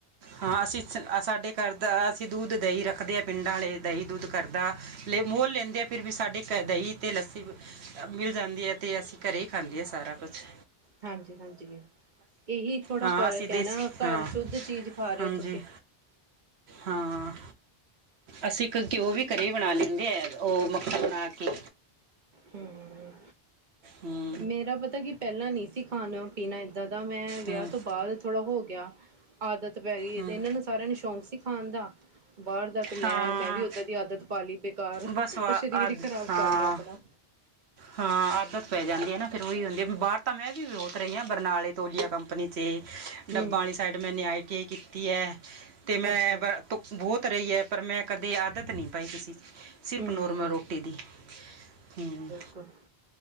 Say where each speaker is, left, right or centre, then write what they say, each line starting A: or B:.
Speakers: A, on the right; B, on the right.
A: ਹਾਂ ਅਸੀਂ ਸ- ਸਾਡੇ ਘਰ ਦਾ ਅਸੀਂ ਦੁੱਧ ਦਹੀਂ ਰੱਖਦੇ ਹਾਂ ਪਿੰਡਾਂ ਵਾਲੇ ਦਹੀਂ ਦੁੱਧ ਘਰ ਦਾ ਲੇ ਮੋਲ ਲੈਂਦੇ ਆ ਫਿਰ ਵੀ ਸਾਡੇ ਘਰ ਦਹੀਂ ਤੇ ਲੱਸੀ ਮਿਲ ਜਾਂਦੀ ਹੈ। ਤੇ ਅਸੀਂ ਘਰੇ ਖਾਂਦੇ ਆ ਸਾਰਾ ਕੁਛ।
B: ਹਾਂਜੀ-ਹਾਂਜੀ, ਇਹੀ ਥੋੜਾ
A: ਹਾਂ
B: ਫ਼ਰਕ
A: ਅਸੀਂ ਦੇਸੀ
B: ਹੈ ਨਾ ਘਰ
A: ਹਾਂ
B: ਸ਼ੁੱਧ ਚੀਜ ਖਾ ਰੇ
A: ਹਾਂਜੀ
B: ਓ ਤੁਸੀਂ। <inaudible>
A: ਹਾਂ। ਅਸੀਂ ਘ-ਘਿਓ ਵੀ ਘਰੇ ਬਣਾ ਲੈਂਦੇ ਐ, ਓ ਮੱਖਣ ਬਣਾ ਕੇ।
B: ਹੰ-ਹੰ-ਹੰ।
A: ਹੰ।
B: ਮੇਰਾ ਪਤਾ ਕੀ ਪਹਿਲਾਂ ਨੀ ਸੀ ਖਾਣਾ ਪੀਣਾ ਏਦਾਂ ਦਾ ਮੈਂ ਵਿਆਹ
A: ਹੂੰ
B: ਤੋਂ ਬਾਅਦ ਥੋੜ੍ਹਾ ਹੋ ਗਿਆ ਆਦਤ ਪੈ ਗਈ ਏ,
A: ਹੂੰ
B: ਤੇ ਇਹਨਾਂ ਨੂੰ ਸਾਰਿਆਂ ਨੂੰ ਸ਼ੌਂਕ ਸੀ ਖਾਣ ਦਾ। ਬਾਹਰ ਦਾ ਤੇ ਮੈਂ-ਮੈਂ
A: ਹਾਂ
B: ਵੀ ਓਦਾਂ ਦੀ ਆਦਤ ਪਾ ਲਈ ਬੇਕਾਰ,
A: ਬਸ ਵਾ
B: ਸਰੀਰ
A: ਆਦ
B: ਈ ਖ਼ਰਾਬ
A: ਹਾਂ
B: ਕਰ ਲਿਆ ਆਪਣਾ।
A: ਹਾਂ ਆਦਤ ਪੈ ਜਾਂਦੀ ਐ ਨਾ, ਫ਼ਿਰ ਓਹੀ ਹੁੰਦੀ ਆ ਬਾਹਰ ਤਾਂ ਮੈਂ ਵੀ ਬਹੁਤ ਰਹੀ ਹਾਂ ਬਰਨਾਲੇ ਤੋਲੀਆਂ ਕੰਮ ਨੀਚੇ ਡੱਬਾਂ
B: ਹੂੰ
A: ਵਾਲੀ ਸਾਈਡ ਮੈਂ ਨਿਆਏ ਕੇ ਕੀਤੀ ਏ, ਤੇ ਮੈਂ
B: ਅੱਛਾ
A: ਭੁਖ ਬਹੁਤ ਰਹੀ ਹੈ, ਪਰ ਮੈਂ ਕਦੇ ਆਦਤ ਨਹੀਂ ਪਾਈ ਕਿਸੇ ਸਿਰਫ਼
B: ਹੂੰ
A: ਨੋਰਮਲ ਰੋਟੀ ਦੀ, ਹੰ।
B: <inaudible>